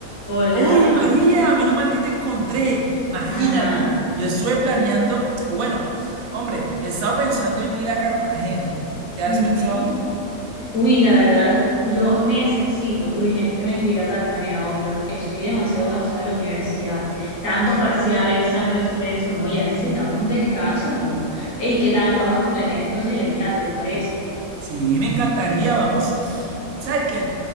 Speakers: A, on the left; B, on the right.
A: Hola,
B: ¡Uy, María! Menos mal que te encontré. Imagínate,
A: ajá,
B: yo estuve planeando, o bueno, hombre, he estado pensando en ir a Cartagena. ¿Qué has
A: ujú.
B: pensado tú?
A: Uy, la verdad, yo necesito urgentemente ir a Cartagena, Oscar. Estoy demasiado cansada de la universidad. Tantos parciales, tanto estrés, no, ya necesitamos un descanso, ¿no? ¿Y ¿qué tal? Vamos a planear entonces el viaje, ¿te parece?
B: Sí, me encantaría, vamos. ¿Sabes qué?